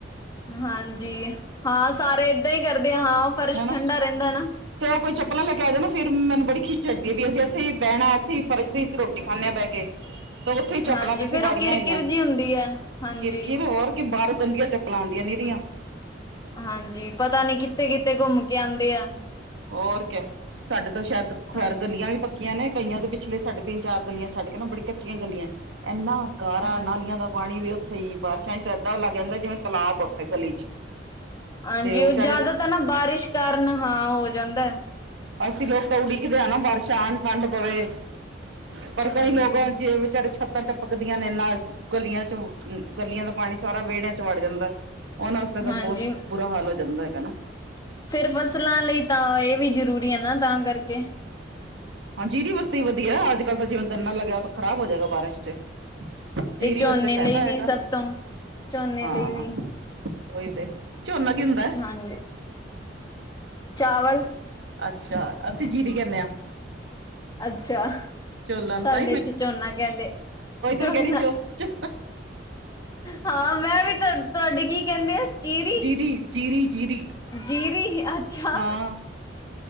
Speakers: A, on the left; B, on the right.
A: ਹਾਂਜੀ, ਹਾਂ ਸਾਰੇ ਏਦਾਂ ਈ ਕਰਦੇ ਆ ਹਾਂ ਫਰਸ਼
B: ਹਨਾ
A: ਠੰਡਾ ਰੈਂਦਾ ਨਾ।
B: ਤੇ ਓ ਕੋਈ ਚੱਪਲਾ ਲੈ ਆ ਜਾ ਨਾ ਫੇਰ ਮੈਨੂੰ ਬੜੀ ਖਿੱਚ ਚੜਦੀ ਵੀ ਅਸੀਂ ਏਥੇ ਈ ਬੈਣਾ ਏਥੇ ਈ ਫਰਸ਼ ਦੀ ਈਚ ਰੋਟੀ ਖਾਂਦੇ ਆਂ ਬੈ ਕੇ। ਤੇ ਓਥੇ ਈ ਚੱਪਲਾਂ
A: ਹਾਂਜੀ
B: ਤੁਸੀਂ
A: ਫੇਰ
B: ਵਾੜੀਆਂ
A: ਉਹ ਕਿਰ
B: ਹੋਂਈਆਂ,
A: ਕਿਰ ਜੀ ਹੁੰਦੀ ਆ ਹਾਂਜੀ
B: ਕਿਰ-ਕਿਰ ਹੋਰ ਕੀ ਬਾਰੋਂ ਗੰਦੀਆਂ ਚੱ ਪਲਾਂ ਆਂਦੀਆਂ ਨੀਆਂ।
A: ਹਾਂਜੀ, ਪਤਾ ਨੀ ਕਿਤੇ-ਕਿਤੇ ਘੁੰਮ ਕੇ ਆਂਦੇ ਆ।
B: ਔਰ ਕੇਆ, ਸਾਡੇ ਤਾਂ ਸੈ਼ਦ, ਖੁਆਰ
A: ਹਾਂਜੀ
B: ਗਲੀਆਂ ਵੀ ਪ ਕੇਆਂ ਨੇ ਕਈਆਂ ਦੇ ਪਿਛਲੇ ਸਾਡੇ ਤਿਨ-ਚਾਰ ਗਲੀਆਂ ਛੱਡ ਕੇ ਨਾ ਬੜੀ ਕੱਚੀਆਂ ਗਲੀਆਂ, ਐਨਾ ਗਾਰਾ
A: ਹਾਂਜੀ
B: ਨਾਲੀਆਂ ਦਾ ਪਾਣੀ ਵੀ ਓਥੇ ਈ ਬਾਰਸ਼ਾਂ ਚ ਏਦਾਂ ਲੱਗ ਜਾਂਦਾ, ਜਿਵੇਂ ਤਲਾਬ ਆ ਓਥੇ ਗਲੀ ਚ
A: ਹਾਂਜੀ,
B: ਤੇ ਉਹ
A: ਓ
B: ਵਿਚਾਰੇ
A: ਜਾਦਾ ਤਾਂ ਨਾ ਬਾਰਿਸ਼ ਕਾਰਨ ਹਾਂ ਹੋ ਜਾਂਦੈ।
B: ਅਸੀਂ ਲੋਕ ਤਾਂ ਉਡੀਕਦੇ ਆਂ ਨਾਂ ਬਾਰਸਾ਼ ਆਣ ਠੰਡ ਪਵੇ। ਪਰ
A: ਹਾਂਜੀ
B: ਕਈ ਲੋਕ ਜੇ ਵਿਚਾਰੇ ਛੱ ਤਾਂ ਟੱਪਕਦੀਆਂ ਨੇ ਨਾ ਗਲੀਆਂ ਚ, ਉ ਗਲੀਆਂ ਦਾ ਪਾਣੀ ਸਾਰਾ ਵੇੜੇਆਂ ਚ ਵੜ ਜਾਂਦਾ। ਓਨਾਂ ਵਾਸਤੇ ਤਾਂ
A: ਹਾਂਜੀ
B: ਬੋਤ ਬੁਰਾ ਹਾਲ ਹੋ ਜਾਂਦਾ ਹੈਗਾ ਨਾ।
A: ਫਿਰ ਬਸ ਲਾਂ ਲਈ ਤਾਂ ਏ ਵੀ ਜ਼ਰੂਰੀ ਆ ਨਾ ਤਾਂ ਕਰਕੇ।
B: ਹਾਂ, ਜਿਦੇ ਵਸਤੇ ਵਦੀਆ ਅੱਜ-ਕੱਲ ਤਾਂ ਜਿਵੇਂ ਗੰਨਾ ਲੱਗੇਆ ਓ ਤਾਂ ਖ਼ਰਾਬ ਹੋ ਜੇਗਾ ਬਾਰਿਸ਼ ਚ। ਜੀਰੀ
A: ਤੇ ਝੋਨੇ
B: ਵਾਸਤੇ ਫੈਦਾ
A: ਲਈ ਵੀ
B: ਹੈਗਾ,
A: ਸਭ ਤੋਂ ਝੋਨੇ
B: ਹਾਂ।
A: ਲਈ ਵੀ
B: ਐਈ ਤੇ, ਝੋਨਾ ਕੀ ਹੁੰਦੈ?
A: ਹਾਂਜੀ। ਚਾਵਲ
B: ਅੱਛਾ, ਅਸੀਂ ਜੀਰੀ ਕੈਨੇ ਆ।
A: ਅੱਛਾ।
B: ਓਹੀ
A: ਸਾਡੇ
B: ਤਾ
A: ਇੱਥੇ ਝੋਨਾ ਕਹਿੰਦੇ ਝੋਨਾ
B: ਮੈਂ ਕੈ ਰਈ ਝੋ, ਝੋ
A: ਹਾਂ, ਮੈਂ ਵੀ ਤੁ ਤੁਆਡੀ ਕੀ ਕੈਂਦੇ ਆ ਚੀਰੀ
B: ਜੀਰੀ ਜੀਰੀ ਜੀਰੀ
A: ਜੀਰੀ, ਅੱਛਾ।
B: ਹਾਂ